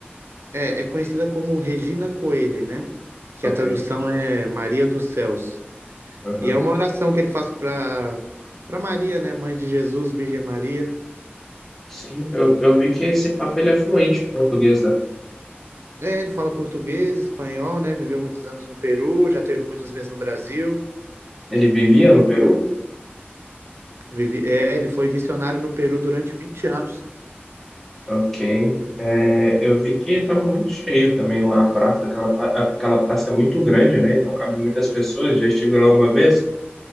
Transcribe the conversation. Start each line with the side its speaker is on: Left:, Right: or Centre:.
Right: É, é conhecida como Regina Coeli, né? Que
Centre: Ok.
Right: a tradução é Maria dos Céus.
Centre: aham.
Right: E é uma oração que ele faz para para Maria, né, mãe de Jesus, Virgem Maria.
Centre: Sim, eu, eu vi que esse papo ele é fluente em português, né?
Right: É, ele fala português, espanhol, né? Viveu muitos anos no Peru, já teve muitas vezes no Brasil.
Centre: Ele vivia no Peru?
Right: Vivi, é, ele foi missionário no Peru durante 20 anos.
Centre: Ok. É, eu vi que estava muito cheio também lá a praça. Aquela, pa- aquela praça é muito grande, né? Então cabe muitas pessoas. Já estive lá uma vez